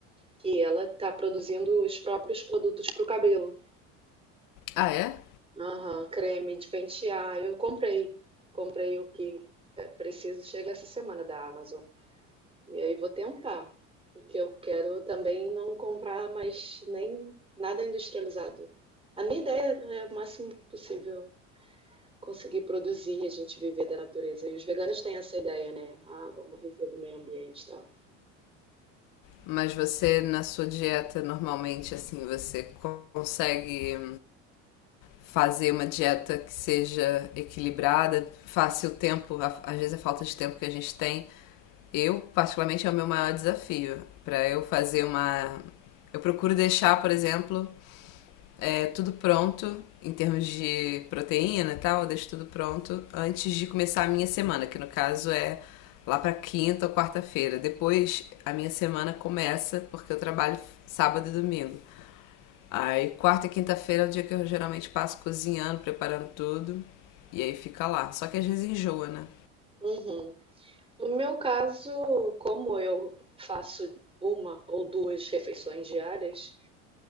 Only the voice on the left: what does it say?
Ah, é?
Mas você, na sua dieta, normalmente, assim, você consegue fazer uma dieta que seja equilibrada, faça o tempo, a- às vezes a falta de tempo que a gente tem. Eu, particularmente, é o meu maior desafio. Pra eu fazer uma. Eu procuro deixar, por exemplo, é, tudo pronto em termos de proteína e tal, eu deixo tudo pronto antes de começar a minha semana, que no caso é lá para quinta ou quarta-feira. Depois a minha semana começa porque eu trabalho sábado e domingo. Aí quarta e quinta-feira é o dia que eu geralmente passo cozinhando, preparando tudo e aí fica lá. Só que às vezes enjoa, né?